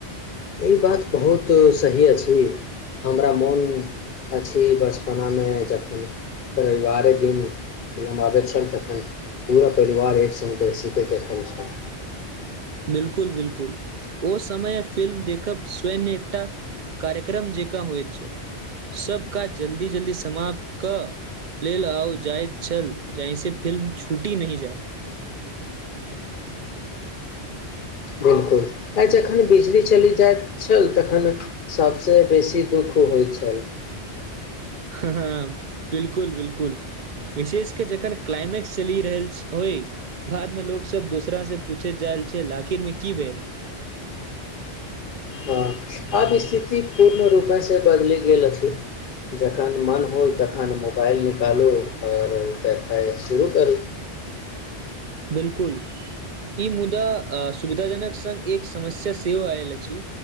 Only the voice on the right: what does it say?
बिल्कुल बिल्कुल ओ समय फिल्म देखब स्वैन्य एकटा कार्यक्रम जेका हुए छल सबका जल्दी जल्दी समाप्त कऽ ले ल आउ जाय छल जहिसँ फिल्म छूटी नहि जाय
ह बिल्कुल बिल्कुल विशेषके जखन क्लाइमेक्स चलि रहल होइ बादमे लोक सब दोसरा से पूछैत जायल छल आखिरमे की भेल
बिलकुल ई मुदा सुविधाजनक संग एक समस्या सेहो आयल अछि